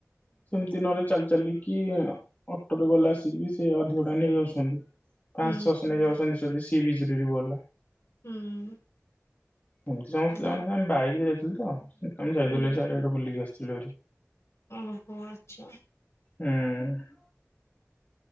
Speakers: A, on the left; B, on the left.
A: ସେମିତି ନହେଲେ ଚାଲି ଚାଲିକି ଅଟୋରେ ଗଲା ଆସିକି ବି ସେ ଅଧିକ ଟଙ୍କା ନେଇଯାଉଛନ୍ତି
B: ହୁଁ
A: ପାଆଶହ ଛଅଶ ନେଇଯାଉଛନ୍ତି ଯଦି ସି ବିଚ୍ ରୁ ଯିବ ହେଲେ
B: ହୁଁ
A: ଏମିତି ସମସ୍ତେ
B: ହୁଁ
A: ଜଣ
B: ହୁଁ
A: ଆମେ ବାଇକ ରେ ଯାଇଥିଲୁ ତ ଆମେ ଯାଇଥିଲୁ
B: ହୁଁ।
A: ଚାରିଆଡ଼େ ବୁଲିକି ଆସିଥିଲୁ ହାରି
B: ଓହୋ ଆଚ୍ଛା
A: ହୁଁ